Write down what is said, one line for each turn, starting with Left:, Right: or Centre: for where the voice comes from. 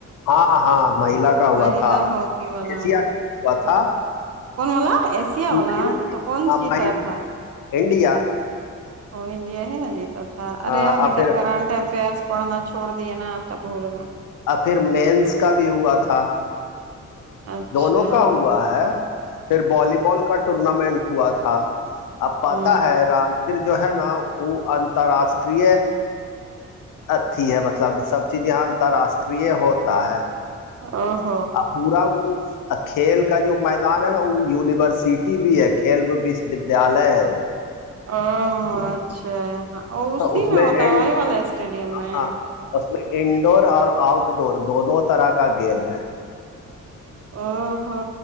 Left: ہاں ہاں مہیلا کا ہوا
Right: مہلا
Left: تھا
Right: ہاکی والا
Left: ایشیا کا ہوا تھا
Right: کون والا ایشیا
Left: مہیلا،
Right: والا تو کون
Left: ہاں،
Right: سیتا
Left: مہیلا
Right: تھا
Left: انڈیا
Right: وہ انڈیا ہی نا جیتا تھا ارے
Left: ہاں
Right: ہم
Left: اور
Right: ادھر
Left: پھر
Right: کرنٹ افئرس پڑھنا چھوڑ دیے نا تب بھول گئے
Left: اور پھر مینس کا بھی ہوا تھا
Right: اچھا
Left: دونوں کا ہوا ہے پھر بی بال کا ٹورنامنٹ ہوا تھا اب پا
Right: ہوں
Left: ہے راجگر جو ہے نا وہ اترراشٹریہ اچھی ہے مطلب سب چیز یہاں انترراشٹریہ ہوتا ہے
Right: ا ہ
Left: پورا وہ اور کھیل کا جو میدان ہے نا وہ یونیورسٹی بھی ہے کھیل وشو ودیالیہ ہے وہ
Right: او اچھا اسی
Left: تو اس
Right: میں ہوتا
Left: اینڈ
Right: وہی والا اسٹیڈیم میں
Left: ہاں اس میں انڈور اور آؤٹ ڈور دونوں طرح کا گیم ہے
Right: او ہو